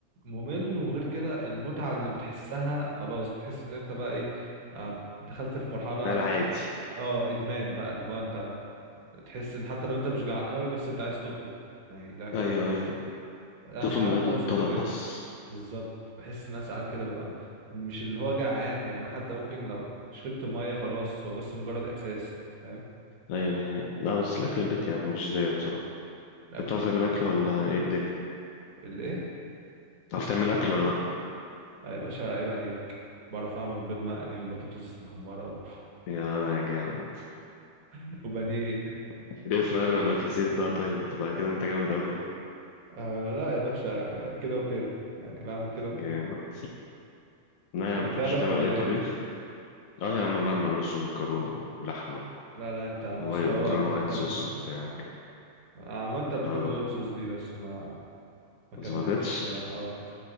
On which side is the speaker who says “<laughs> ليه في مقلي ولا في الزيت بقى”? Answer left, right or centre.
Left